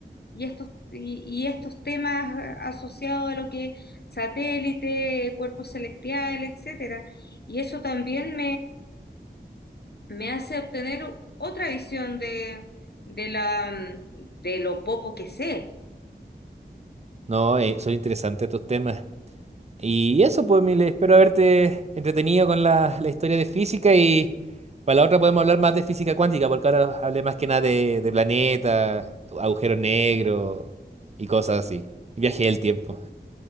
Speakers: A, on the left; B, on the right.
A: y estos, y, y estos temas asociados a lo que satélite, cuerpos celestiales, etcétera. Y eso también me hace obtener otra visión de, de la, de lo poco que sé.
B: No, eh, son interesantes estos temas. Y eso, pues, Mile, espero haberte entretenido con la, la historia de física y para la otra podemos hablar más de física cuántica, porque ahora hablé más que nada de, de planetas, agujeros negros y cosas así. Y Viaje del tiempo.